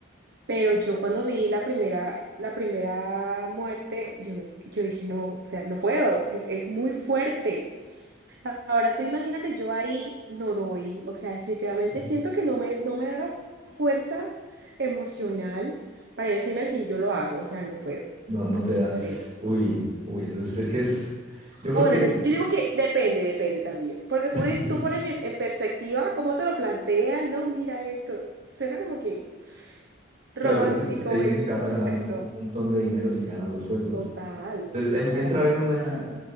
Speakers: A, on the right; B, on the right.
A: pero yo cuando vi la primera, la primera muerte, yo, me, yo dije, no, o sea, no puedo, es, es muy fuerte. Ahora tú imagínate, yo ahí no doy, o sea, definitivamente
B: Ujú.
A: siento que no me, no me da la fuerza emocional para yo decirme a quien yo lo hago, o sea, no puedo,
B: No, no te da.
A: no sé.
B: Uy, uy, eso es, es que es. Yo creo
A: O bueno,
B: que,
A: no, yo digo que depende, depende también, porque tú,
B: <laughs>
A: tú pones en, en perspectiva cómo te lo plantean, no, mira esto, suena como que romántico
B: claro, es que te te dicen
A: el
B: que vas a ganar
A: proceso.
B: un montón de dinero si ganas los juegos.
A: Total,
B: Entonces,
A: total.
B: en- entra a ver una.